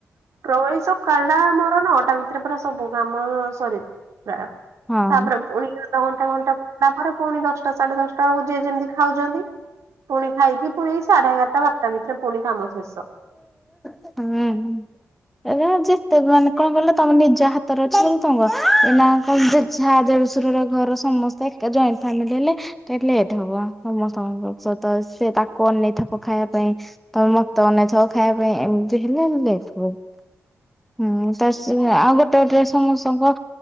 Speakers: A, on the right; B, in the centre.
A: ପ୍ରଭୁ ଏଇ ସକାଳ ଟା ମୋର ନଅଟା ଭିତରେ ପୁରା ସବୁ କାମ ସରିଯାଉ ପ୍ରାୟ,
B: ହଁ
A: ତାପରେ ପୁଣି ଅଧଘଣ୍ଟା ଘଣ୍ଟା ଗଲାପରେ ପୁଣି ଦଶଟା ସାଢେ ଦଶଟା ବେଳକୁ ଯିଏ ଯେମିତି ଖାଉଛନ୍ତି, ପୁଣି ଖାଇକି ପୁଣି ସାଢେଏଗାରଟା ବାରଟା ଭିତରେ ପୁଣି କାମ ଶେଷ।
B: ହୁଁ ଏରା ଯେତେ ମାନେ କଣ କିଲ, ତମେ ନିଜ ହାତରେ ଅଛି ବୋଲି ତମରଏ, ନା କଣ ଯାହା ଶଶୁର ଘର ସମସ୍ତେ ଏକା ଜଏଣ୍ଟ ଫାମିଲି ହେଲେ ଟିକେ ଲେଟ ହବ, ସମସ୍ତଙ୍କ ସେ ତାକୁ ଅନେଇଥିବ ଖାଇବା ପାଇଁ ତ ମତେ ଅନେଇଥିବ ଖାଇବା ପାଇଁ, ଏମିତି ହେଲେ ଲେଟ୍ ହୁଏ।
A: ହଁ <inaudible>
B: ହୁଁ, ତ ଆଉ ଗୋଟେ ଗୋଟେ ସମସ୍ତଙ୍କ